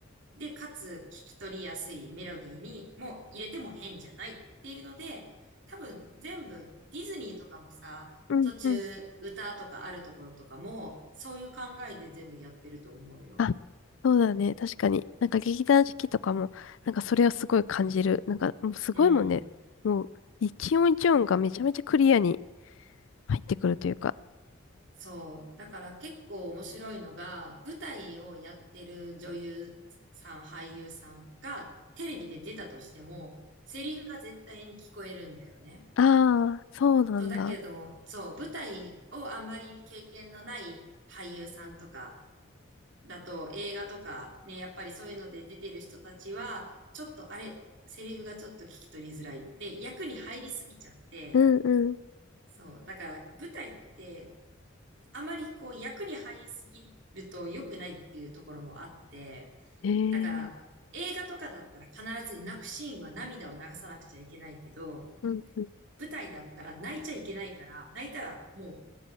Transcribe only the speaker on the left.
うんうん。
あ、そうだね。確かに。なんか劇団四季とかも、なんかそれをすごい感じる。なんかもうすごいもんね。
もう一音一音がめちゃめちゃクリアに入ってくるというか。
ああ、そうなんだ。
うんうん。
へえ。
うんうん